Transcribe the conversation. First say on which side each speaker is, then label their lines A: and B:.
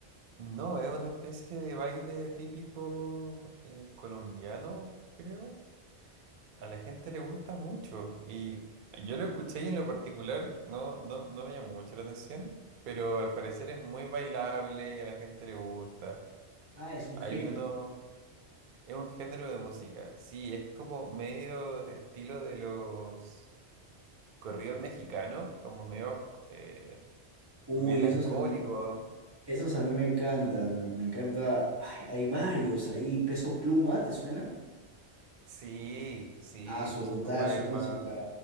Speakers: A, on the right; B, on the right.
A: no, es una especie de baile típico eh, colombiano, creo. A la gente le gusta mucho y yo lo escuché y en lo particular no, no, no me llamó mucho la atención, pero al parecer es muy bailable y a la gente le gusta.
B: Ah, es un
A: Hay
B: género.
A: uno... Es un género de música, sí, es como medio de estilo de los corridos mexicanos, como medio eh,
B: Uy,
A: melancólico.
B: esos a mí, esos a mí me encantan. Me me encanta. ay, hay varios ahí. Peso Pluma, ¿te suena?
A: Sí, sí,
B: Ah, son
A: Peso
B: brutal,
A: Pluma
B: su
A: es
B: música.
A: más,